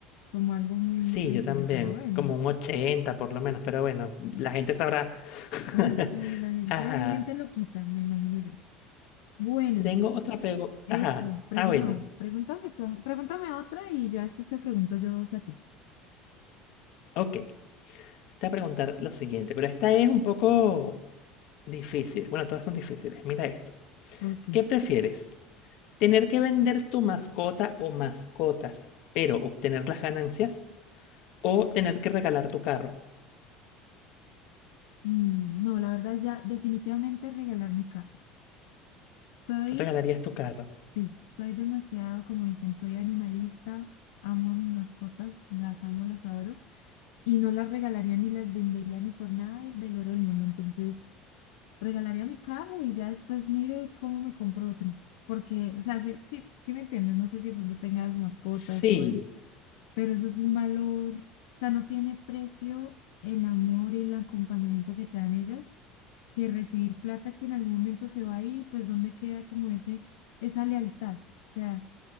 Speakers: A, on the left (about 85°); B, on the left (about 60°).
A: como algo muy
B: Sí,
A: sencillo,
B: yo también,
A: pero bueno.
B: como un 80 por lo menos, pero bueno, la gente sabrá. <laughs>
A: Uy, sí, la gente,
B: Ajá.
A: hay gente loquita, me imagino yo. Bueno,
B: Te Tengo otra pregunta.
A: eso,
B: Ajá.
A: pregun-
B: Ah, bueno.
A: no, pregúntame tú- pregúntame otra y ya después te pregunto yo dos a ti.
B: Ok. Te voy a preguntar lo siguiente, pero esta es un poco difícil. Bueno, todas son difíciles. Mira esto.
A: Ok.
B: ¿Qué prefieres? Tener que vender tu mascota o mascotas, pero obtener las ganancias. O tener que regalar tu carro.
A: Mm, No, la verdad ya definitivamente regalar mi carro. Soy,
B: ¿Regalarías tu carro?
A: sí, soy demasiado, como dicen, soy animalista, amo a mis mascotas, las amo, las adoro. y no las regalaría ni las vendería ni por nada del del oro del mundo. Entonces, regalaría mi carro y ya después miro de cómo me compro otro. Porque, o sea, sí, sí, sí me entiendes, no sé si pues no tengas mascotas
B: Sí,
A: o eso, pero eso es un valor, o sea, no tiene precio el amor y el acompañamiento que te dan ellas, que recibir plata que en algún momento se va a ir pues dónde queda como ese, esa lealtad. O sea,